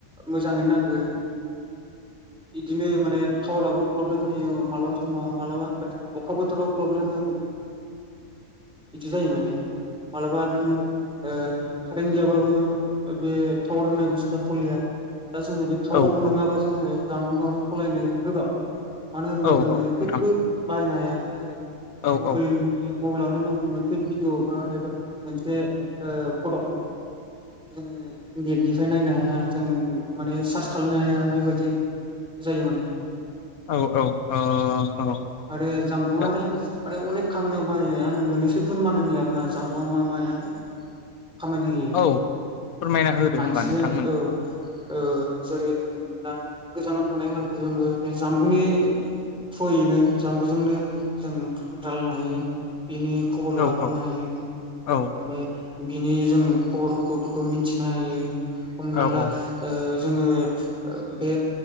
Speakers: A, in the centre; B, on the left.
A: मोजाङै नांगोन। इदिनो माने टावाराबो प्रब्लेम होयो मालाबा समाव मालाबा अखा बोथोराव प्रब्लेम होगोन। बिदि जायो माने मालाबा नों ओ कारेन्ट गैयाबाबो बे टावार होननाय बुस्थुआ खलिया दा जोङो बे टावर
B: औ
A: नोङाबा
B: औ
A: जोङो जानबुंआबो सलायनो गोबाब मानो होनबा
B: औ
A: जोङो
B: औ
A: जेबो
B: नोंथां
A: बाहायनो हाया। जेरै ओ
B: औ
A: मबिल
B: औ
A: मबेइलावनो नों मोनसे भिडिअ बा एबा मोनसे ओ फटक <unintelligible> खाय नायनो हाया जों माने सार्च खालामनो हाया बेबायदि जायो माने।
B: औ औ ओ औ
A: आरो जामबुं
B: दा
A: आरो माने अनेक खामानियाव बाहायो आं मोननैसो फोरमाननियो आरोना जाम्बुआ मा माया खामानि होयो
B: औ फोरमायना होदो
A: मानसिजों
B: होमबा नोंथांमोन
A: औ। ओ जेरै जों दा गोजानाव थानाय मानसिजोंबो बे जामबुंनि थ्रयैनो जामबुजोंनो जों रालायनो हाय हायो। बेनि खबर
B: औ
A: लाहरनो
B: औ
A: हायो।
B: औ
A: ओमफाय बिनि जोङो खबरफोरखौ मिथिनो हायो। हमना
B: औ औ
A: ला
B: औ
A: ओ जोङो ओ बे